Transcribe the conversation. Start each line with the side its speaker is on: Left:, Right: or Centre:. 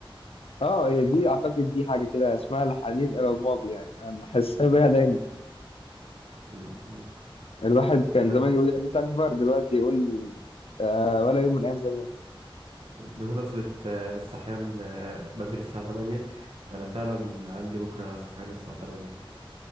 Left: أه هي دي أعتقد دي حاجة كده اسمها الحنين إلى الماضي يعني أنا حاسسها بيها دايما
Right: م- م.
Left: الواحد كان
Right: عامة
Left: زمان يقول يا ريت أكبر دلوقتي يقول آه ولا يوم من أيام زمان
Right: بمناسبة آه، الصحيان آه، بدري الساعة 8 أنا فعلا عندي بكرة صحيان الساعة 8